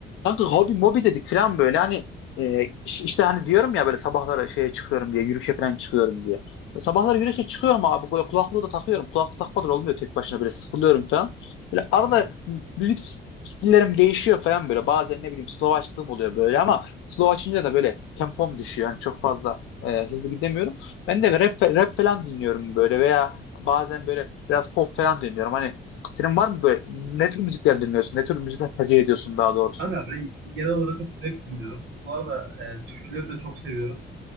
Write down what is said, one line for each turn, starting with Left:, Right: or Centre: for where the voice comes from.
Left: Kanka hobi mobi dedik falan böyle hani e, iş- işte hani diyorum ya böyle sabahları şeye çıkıyorum diye yürüyüşe falan çıkıyorum diye. Sabahları yürüyüşe çıkıyorum abi böyle kulaklığı da takıyorum. Kulaklık takmadan olmuyor tek başına böyle sıkılıyorum falan. Böyle arada
Right: Evet.
Left: müzik stillerim değişiyor falan böyle. Bazen ne bileyim slow açtığım oluyor böyle ama slow açınca da böyle tempom düşüyor. Yani çok fazla e, hızlı gidemiyorum. Ben de rap, rap falan dinliyorum böyle veya bazen böyle biraz pop falan dinliyorum. Hani senin var mı böyle ne tür müzikler dinliyorsun? Ne tür müzikler tercih ediyorsun daha doğrusu?
Right: Kanka ben genel olarak hep rap dinliyorum. Bu arada e, türküleri de çok seviyorum.